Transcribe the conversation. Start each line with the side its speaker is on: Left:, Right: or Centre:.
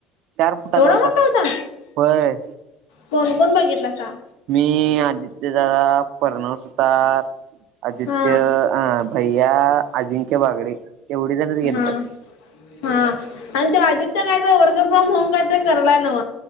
Right: चार फुटाचा
Left: एवढा मोठा होता?
Right: होय
Left: कोण कोण बगितलासा?
Right: मी आदित्यदादा, प्रर्णवसुतार, आदित्य
Left: हा
Right: आ भैया, अजिंक्य बागडे. एवढी जणच गेलतो.
Left: हा हा आणि तो आदित्य काय तर वर्क फ्रॉम होम काय तरी करलाय नव?